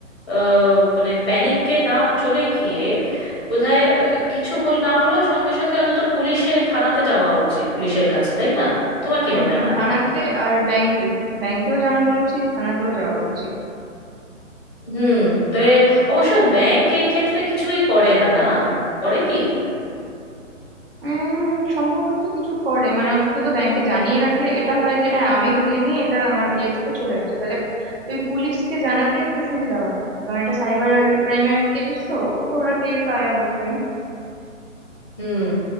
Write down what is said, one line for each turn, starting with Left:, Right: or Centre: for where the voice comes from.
Left: আহ, মানে প্যানিককে না চলে গিয়ে বোধহয় আহ, কিছু হল না হলেও সঙ্গে সঙ্গে অন্তত পুলিশে থানাতে যাওয়া উচিত পুলিশের কাছে তাই না তোমার কি
Right: হুম
Left: মনে হয়
Right: থানাতে আর ব্যাংকে ব্যাংকেও জানানো উচিত থানাতেও যাওয়া উচিত
Left: হুম তবে অবশ্য ব্যাংক এই ক্ষেত্রে কিছুই করে না না করে কি
Right: উম সম্ভবত কিছু করে মানে অন্তত ব্যাংকে জানিয়ে রাখলে এটা হয় যে হ্যাঁ আমি তুলিনি এটা আমার ইয়ে থেকে চলে গেছে তাহলে ওই পুলিশকে জানাতে একটু সুবিধা হয় কারণ এটা সাইবার ক্রাইমের কেস তো অবশ্য ওরা টের পায় অবশ্যই
Left: হুম